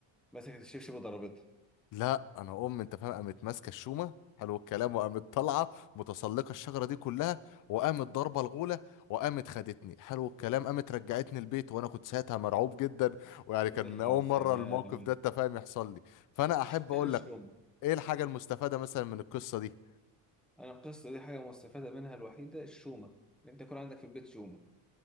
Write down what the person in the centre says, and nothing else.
مسكت الشبشب وضربتها
الحمد
لله
على السلامة
اشمعنى
الشومة؟
انا القصة دي حاجة مستفادة منها الوحيدة الشومة ان انت يكون عندك في البيت شومة